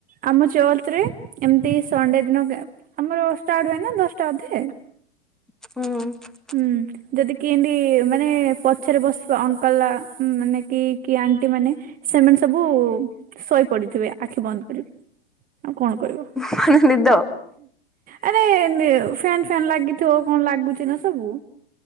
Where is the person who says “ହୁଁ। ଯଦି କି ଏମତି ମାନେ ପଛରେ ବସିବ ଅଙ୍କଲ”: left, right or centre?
Right